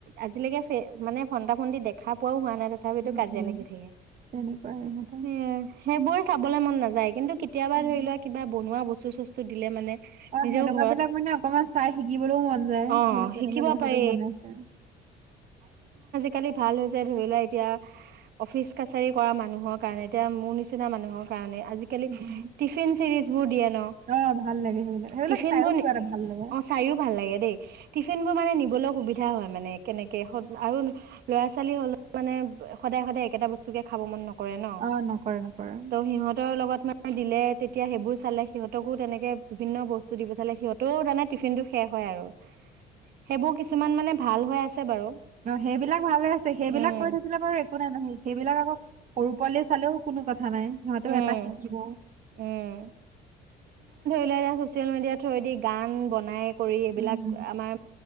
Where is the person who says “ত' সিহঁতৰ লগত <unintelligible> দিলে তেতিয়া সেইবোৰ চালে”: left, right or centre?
Right